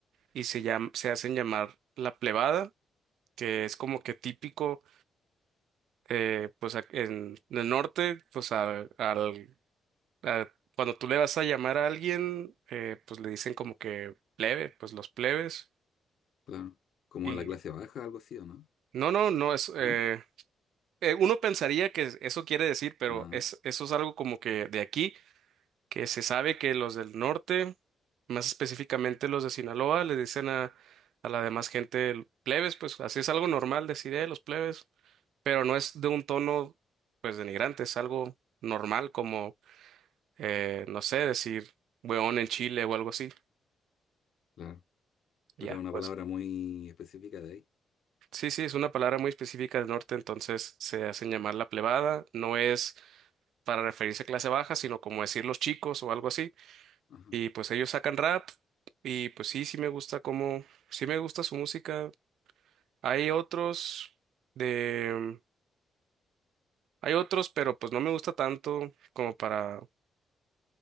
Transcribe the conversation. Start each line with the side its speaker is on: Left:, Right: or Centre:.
Right: y se llam- se hacen llamar la plebada, que es como que típico, eh, pues ac- en, en el norte, pues al, al- a- cuando tú le vas a llamar a alguien, eh, pues le dicen como que plebe, pues los plebes
Left: claro. Como
Right: y
Left: la clase baja, algo así, ¿o no?
Right: no, no, no es, eh,
Left: ¿No?
Right: eh, uno pensaría que eso quiere decir, pero
Left: Ah,
Right: es, eso es algo como que de aquí. que se sabe que los del norte, más específicamente los de Sinaloa, les dicen a, a la demás gente el- plebes, pues así es algo normal decir "Eh, los plebes, pero no es de un tono pues denigrante, es algo normal como, eh, no sé, decir weón en Chile o algo así.
Left: claro.
Right: Ya,
Left: Pero es una
Right: pues
Left: palabra muy específica de ahí.
Right: sí, sí, es una palabra muy específica del norte, entonces se hacen llamar la plebada, no es para referirse a clase baja, sino como decir los chicos o algo así.
Left: Ajá.
Right: Y pues ellos sacan rap y pues sí, sí me gusta cómo sí me gusta su música. Hay otros de, hay otros, pero pues no me gusta tanto como para,